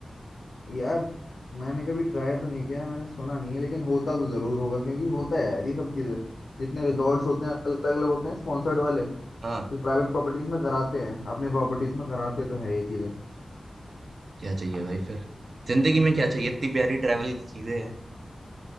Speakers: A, on the left (about 80°); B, on the right (about 65°).
A: यार मैंने कभी ट्राई तो नहीं किया मैंने सुना नहीं है लेकिन होता तो जरूर होगा क्योंकि होता है यार ये सब चीजें जितने रिजॉर्ट्स होते हैं अलग अलग होते हैं स्पॉन्सर्ड वाले
B: हाँ
A: प्राइवेट प्रॉपर्टीज में कराते हैं अपनी प्रॉपर्टीज में कराते तो है ये चीजें
B: क्या चाहिए भाई फिर जिंदगी में क्या चाहिए इतनी प्यारी ट्रैवल की चीजें हैं